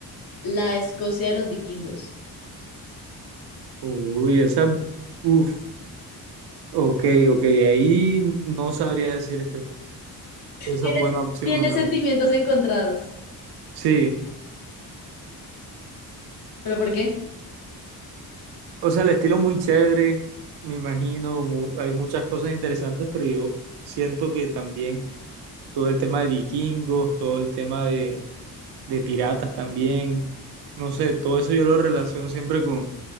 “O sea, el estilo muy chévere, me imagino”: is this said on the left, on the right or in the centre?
Right